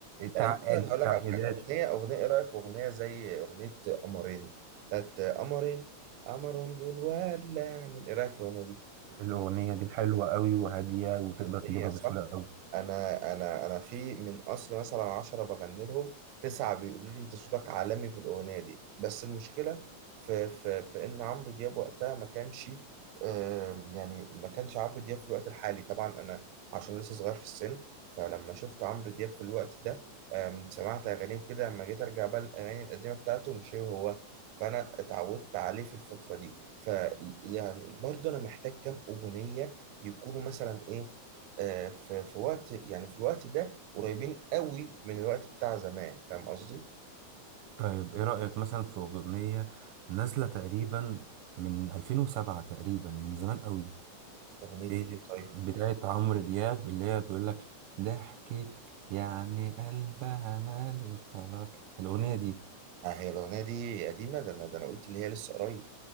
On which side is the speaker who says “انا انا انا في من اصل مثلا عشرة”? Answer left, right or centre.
Right